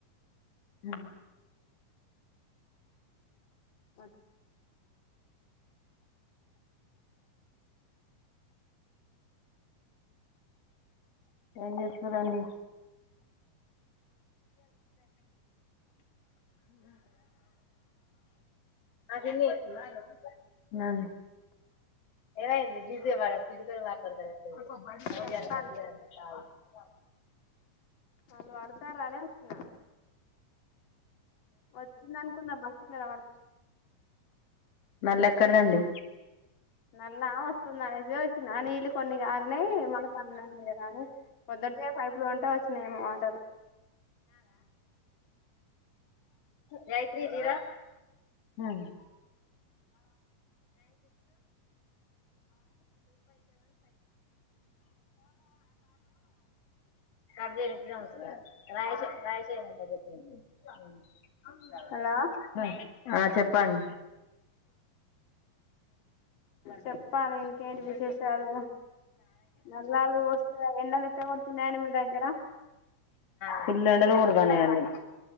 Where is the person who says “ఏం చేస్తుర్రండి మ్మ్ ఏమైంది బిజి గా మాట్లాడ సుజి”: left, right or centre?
Left